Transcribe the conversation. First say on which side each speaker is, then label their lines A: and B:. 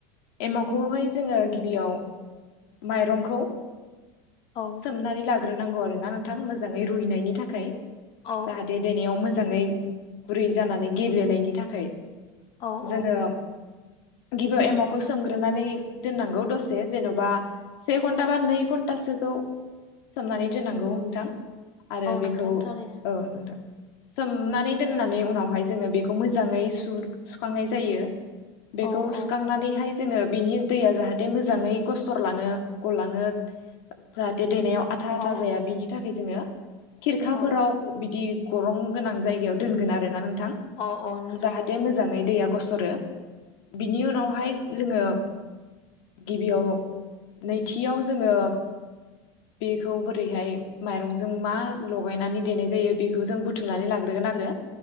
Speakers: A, on the left; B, on the left.
A: एमावखौहाय जोङो गिबियाव माइरंखौ
B: औ
A: सोमनानै लाग्रोनांगौ आरोना नोंथां मोजाङै रुइनायनि थाखाय।
B: औ
A: जाहाथे देनायाव मोजाङै गुरै जानानै गेब्लेनायनि थाखाय।
B: औ
A: जोङो
B: औ।
A: गिबियाव एमावखौ सोमग्रोनानै दोननांगौ दसे जेन'बा से घन्टा बा नै घन्टासोखौ सोमनानै दोननांगौ नोंथां। आरो
B: औ
A: बेखौ
B: नोंथां थारैनो
A: औ नोंथां। सोमनानै दोननानै उनावहाय जोङो बेखौ मोजाङै सु- सुखांनाय जायो। बेखौ
B: औ औ
A: सुखांनानैहाय जोङो बिनि दैया जाहाथे मोजाङै गसरलाङो, गलाङो जाहाथे देनायाव आथा-आथा
B: औ
A: जाया बिनि थाखाय जोङो खिरखाफोराव
B: औ
A: बिदि गरं गोनां जायगायाव दोनगोन आरोना नोंथां
B: औ औ नोंथां
A: जाहाथे
B: औ
A: मोजाङै दैया गसरो बिनि उनावहाय जोङो गिबियाव नैथियाव जोङो बेखौ बोरैहाय माइरंजों मा लगायनानै देनाय जायो बेखौ जों बुथुमनानै लाग्रोगोन आ रो